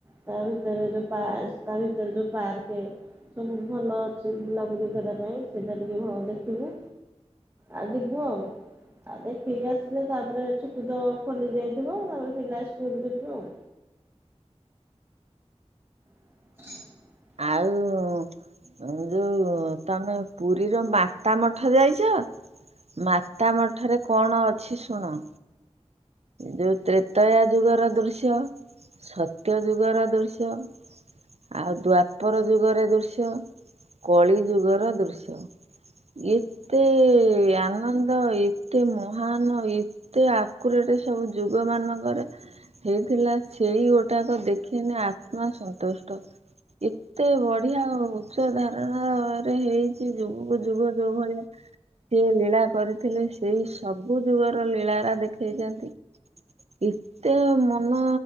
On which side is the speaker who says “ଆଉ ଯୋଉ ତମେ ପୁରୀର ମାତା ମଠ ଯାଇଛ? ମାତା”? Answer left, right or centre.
Right